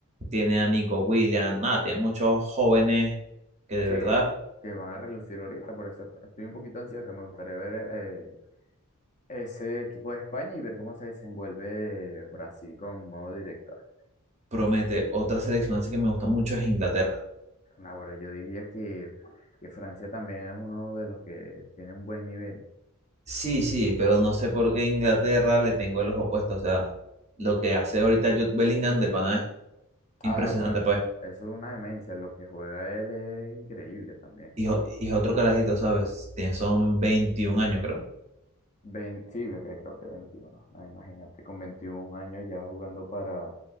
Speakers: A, on the right; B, on the left.
A: tiene a Nico Williams, nada, tiene muchos jóvenes que de
B: Sí,
A: verdad
B: eh, que van a relucir ahorita, por eso estoy un poquito ansioso. Me gustaría ver eh, ese equipo de España y ver cómo se desenvuelve Brasil con nuevo director.
A: promete. Otra selección así que me gusta mucho es Inglaterra.
B: Ahora, yo diría que, que Francia también es uno de los que tiene un buen nivel.
A: Sí, sí, pero no sé por qué Inglaterra le tengo el ojo puesto. O sea, lo que hace ahorita Jude Bellingham de pana es
B: Ah,
A: impresionante,
B: bueno,
A: pues.
B: eso es una demencia. Lo que juega él es increíble también.
A: Y, o- y es otro carajito, ¿sabes? Tiene, son 21 años, creo.
B: Vein- sí, ve creo que veintiuno, No, imagínate, con 21 años ya jugando para,